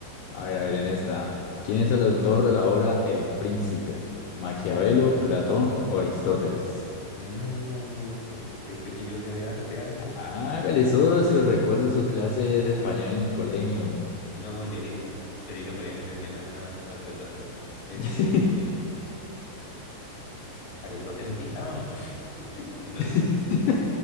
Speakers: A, on the left (about 80°); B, on the left (about 50°).
A: A ver, a ver, en esta. ¿Quién es el autor de la obra El Príncipe? ¿Maquiavelo, Platón o Aristóteles?
B: No, so, si ¿usted cree que yo sé de arte algo?
A: Hágale eso si recuerde sus clases de español en el colegio.
B: No, yo ni, pon- yo ni le ponía atención a esa, a la profesora. Este,
A: Sí.
B: Aristóteles pintaba, <laughs> yo no
A: <laughs>
B: sé.